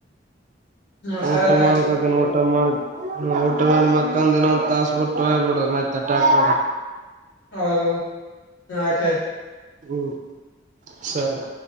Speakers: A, on the left; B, on the right.
A: ಹ್ಮ ಸರತ
B: ಊಟ ಮಾಡಕದನೆ ಊಟ ಮಾಡ್ ಊಟ ಮಾಡ ಮಕ್ಕಂದ ದಿನಂದು ತಾಸಸ್ಬುಟ್ಟು ಹಯ್ಬಡ ಮತ್ತ ಅಟಾಕ್ಡ
A: ಹೌದ ಆಯ್ತು
B: ಹ್ಮ್ ಸರಿ